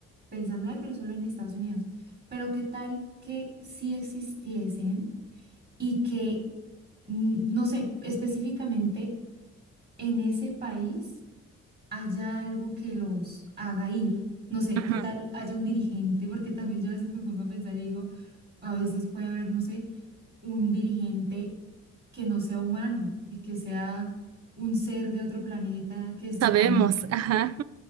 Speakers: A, on the right; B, on the right.
A: pensando, ay, pero solo en Estados Unidos. Pero qué tal que sí existiesen y que n- no sé, específicamente en ese país haya algo que los haga ir. No sé,
B: ujú.
A: qué tal haya un dirigente, porque también yo a veces me pongo a pensar y digo, a veces puede haber, no sé, un dirigente que no sea humano y que sea un ser de otro planeta que se
B: Sabemos,
A: cambie.
B: ajá.